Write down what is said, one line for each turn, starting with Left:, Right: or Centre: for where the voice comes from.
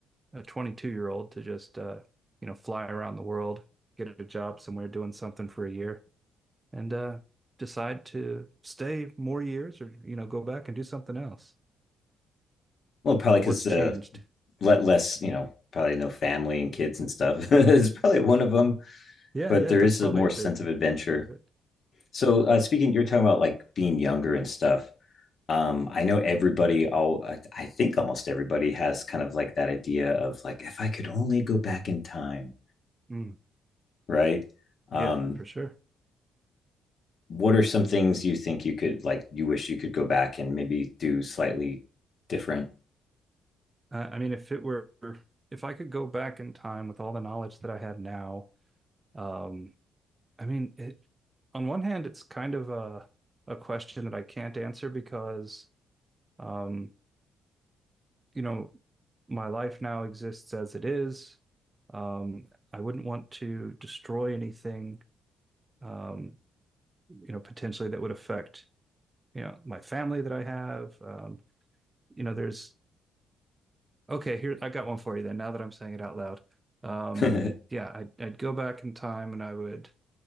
Right: a 22 year old to just uh, you know fly around the world, get a job somewhere doing something for a year, and uh, decide to stay more years or you know go back and do something else.
Left: well probably
Right: I mean,
Left: because
Right: what's changed?
Left: uh let less you know probably no family and kids and stuff <laughs> is probably one of them
Right: Yeah,
Left: but
Right: yeah,
Left: there
Right: that's
Left: is
Right: probably
Left: a more
Right: a big
Left: sense of adventure.
Right: big part of it.
Left: So uh, speaking, you're talking about like being younger and stuff. Um, I know everybody. All I, I think almost everybody has kind of like that idea of like if I could only go back in time,
Right: Mm,
Left: right? Um,
Right: yeah, for sure.
Left: what are some things you think you could like you wish you could go back and maybe do slightly different?
Right: Uh, I mean, if it were if I could go back in time with all the knowledge that I have now, um, I mean, it, on one hand, it's kind of a a question that I can't answer because um, you know, my life now exists as it is. Um, I wouldn't want to destroy anything, um, you know, potentially that would affect, you know, my family that I have. Um, you know, there's okay, here I got one for you then, now that I'm saying it out loud. Um,
Left: <laughs>
Right: yeah, I'd, I'd go back in time and I would